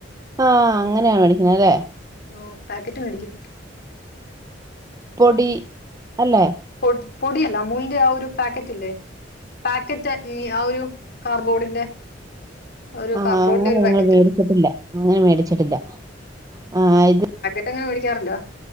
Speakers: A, on the right; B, on the left.
A: ആ അങ്ങനെയാണ് മേടിക്കുന്നല്ലേ
B: ഓ പാക്കറ്റ് മേടിക്കും
A: പൊടി അല്ലേ
B: പൊ പൊടിയല്ല മൂലിന്റെ ആ ഒരു പാക്കറ്റ് ഇല്ലേ പാക്കറ്റ് ആ ഒരു കാർബോർഡിന്റെ ഒരു
A: ആ
B: കാർബോർഡിന്റെ
A: അങ്ങനെ
B: ഒരു
A: ഞങ്ങള്ൾ
B: പാക്കറ്റ്.
A: മേടിച്ചിട്ടില്ല അങ്ങനെ മേടിച്ചിട്ടില്ല ആ ഇത്
B: എങ്ങനെ മേടിക്കാറുണ്ടോ